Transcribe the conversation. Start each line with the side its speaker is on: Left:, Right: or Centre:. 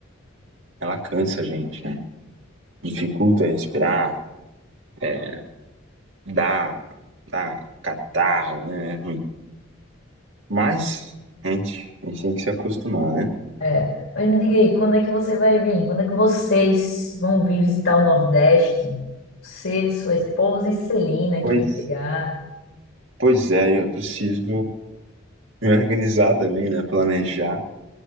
Right: ela cansa a gente, né? Dificulta respirar, é, dá, dá catarro, né? É ruim. Mas, gente, a gente tem que se acostumar, né?
Left: É. Mas me diga aí, quando é que você vai vir? Quando é que vocês vão vir visitar o Nordeste? Você, sua esposa e Celina, que
Right: Pois,
Left: vai chegar
Right: pois é, eu preciso me organizar também, né? Planejar,